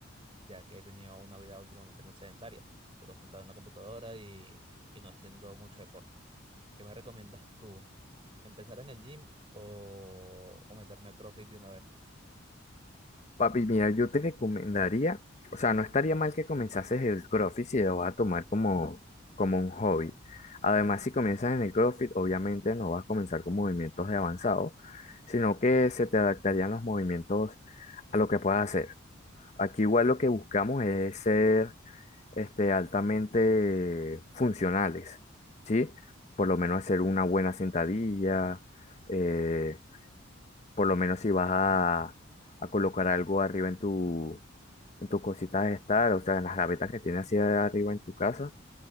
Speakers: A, on the right; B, on the left.
A: ya que he tenido una vida últimamente muy sedentaria, puro sentado en la computadora y, y no haciendo mucho deporte. ¿Qué me recomiendas tú? ¿Empezar en el gym o, o meterme a CrossFit de una vez?
B: Papi, mira, yo te recomendaría, o sea, no estaría mal que comenzases el CrossFit si lo vas a tomar como, como un hobby. Además, si comienzas en el CrossFit, obviamente no vas a comenzar con movimientos de avanzado, sino que se te adaptarían los movimientos a lo que puedas hacer. Aquí igual lo que buscamos es ser este, altamente funcionales, ¿sí? Por lo menos hacer una buena sentadilla, eh, por lo menos si vas a, a colocar algo arriba en tu, en tus cositas de estar, o sea, en las gavetas que tienes hacia arriba en tu casa,